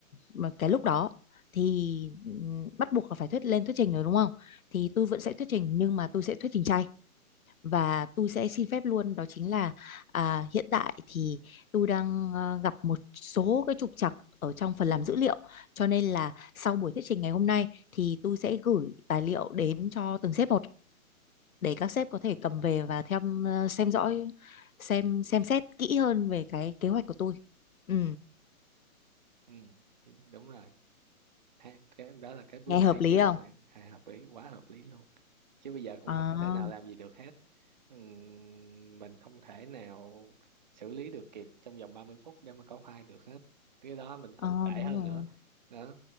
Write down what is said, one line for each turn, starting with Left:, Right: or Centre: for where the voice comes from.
Left: một cái lúc đó thì ừ, bắt buộc là phải thuyết lên thuyết trình rồi đúng không? Thì tôi vẫn sẽ thuyết trình nhưng mà tôi sẽ thuyết trình chay và tôi sẽ xin phép luôn đó chính là à, hiện tại thì tôi đang ờ, gặp một số cái trục trặc ở trong phần làm dữ liệu cho nên là sau buổi thuyết trình ngày hôm nay thì tôi sẽ gửi tài liệu đến cho từng sếp một để các sếp có thể cầm về và theo ờ, xem dõi xem xem xét kỹ hơn về cái kế hoạch của tôi ừ,
Right: ừ chính- đúng rồi ha, cái đó là cái bước
Left: nghe hợp
Right: hay
Left: lý
Right: nhất
Left: không
Right: của bạn à, hợp lý quá hợp lý luôn chứ bây giờ cũng
Left: à,
Right: không có thể nào làm gì được hết Ừm, mình không thể nào xử lý được kịp trong vòng 30 phút để mà có file được hết cái đó mình còn
Left: à
Right: tệ
Left: đúng
Right: hơn
Left: rồi
Right: nữa đó